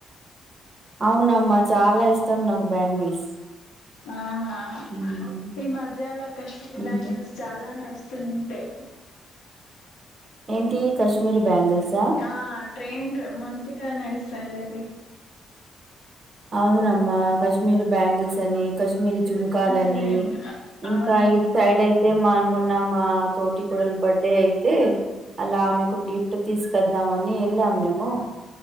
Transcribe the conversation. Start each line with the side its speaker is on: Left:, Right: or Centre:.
Right: అవునమ్మా చాలా ఇష్టం నాకు బ్యాంగిల్స్
Left: ఆహా
Right: ఉమ్,
Left: ఈ మధ్యల కశ్మీర్
Right: ఇంకా
Left: బ్యాంగిల్స్ చాలా అ నడుస్తుంటే
Right: ఏంటి కశ్మీరి బ్యాంగిల్స్
Left: ఆ ట్రేండ్లు మంచిగా నడుస్తాయి అది
Right: అవునమ్మా కాశ్మీరి బ్యాంగిల్స్ అని కాశ్మీరి జుంకాల్
Left: సరే
Right: అని ఇంకా
Left: అవును
Right: ఇట్ సైడ్ అయితే మ మొన్న మా తోటి కోడల్ బర్త్డే అయితే అలా మీకు గిఫ్ట్ తీసుకద్దామని వెళ్ళాం మేము